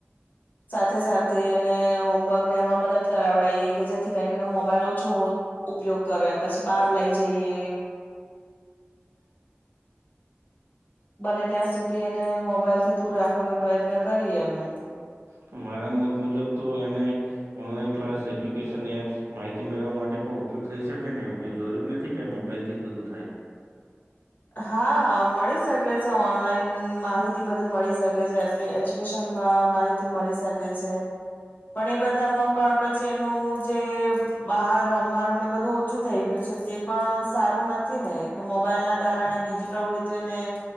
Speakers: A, on the left; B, on the right.
A: સાથે સાથે એને હોમવર્ક ને એમાં મદદ કરાવડીએ કે જેથી કરીને એનો મોબાઈલ ઓછો ઉપયોગ કરે પછી બહાર લઈ જઈએ
B: <inaudible>
A: બને ત્યાં સુધી એને મોબાઈલ થી દૂર રાખ રાખવાનો પ્રયત્ન કરીએ અમે
B: તો મારા મત મુજબ તો એને ઓનલાઈન ક્લાસ એજ્યુકેશન એપ્સ માહિતી મેળવવા માટે પણ ઉપયોગ થઈ શકે ને એમ એવું જરૂરી નથી કે મોબાઈલથી જ બધું થાય
A: હા મળી શકે છે ઓનલાઈન માહિતી બધી મળી શકે છે એટલી એજ્યુકેશનમાં માહિતી મળી શકે છે પણ એ બધામાં પણ પછી એનું જે બહાર રમવાનું ને બધું ઓછું થઈ ગયું છે તે પણ સારું નથી ને કે મોબાઈલ ના કારણે બીજી પ્રવૃત્તિઓને